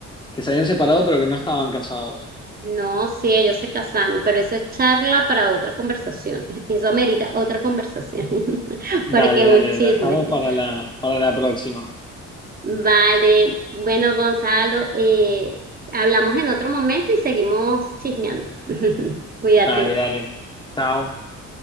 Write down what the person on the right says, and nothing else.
No, sí, ellos se casaron, pero eso es charla para otra conversación. <laughs> Eso amerita otra conversación, <laughs>
porque es
un chisme.
Vale, bueno, Gonzalo, eh, hablamos en otro momento y seguimos chismeando. <laughs> Cuídate,